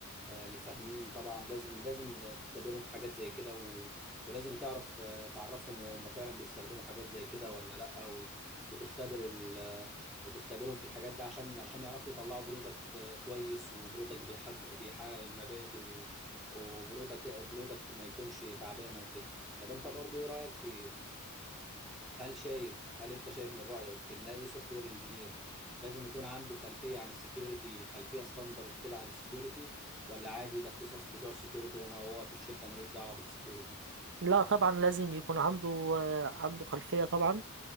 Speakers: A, in the centre; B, on the right.
A: آه، اللي فاهمين طبعا لازم لازم تختبرهم في حاجات زي كده و... ولازم تعرف آه، تعرفهم وهم فعلا بيستخدموا حاجات زي كده ولا لا و... وتختبر ال... آه، وتختبرهم في الحاجات دي عشان عشان يعرفوا يطلعوا برودكت آه، كويس وبرودكت بيحقق بيحقق المبادئ و... وبرودكت برودكت ما يكونش تعبانه وكده طب انت برضو ايه رايك في هل شايف هل انت شايف من رأيك ان اي سوفت وير انجينير لازم يكون عنده خلفية عن السكيورتي خلفية ستاندرد كده عن السكيورتي ولا عادي ده اختصاص بتوع السكيورتي وما هو في الشركة ملوش دعوة بالسكيورتي
B: لا طبعا لازم يكون عنده آه، عنده خلفية طبعا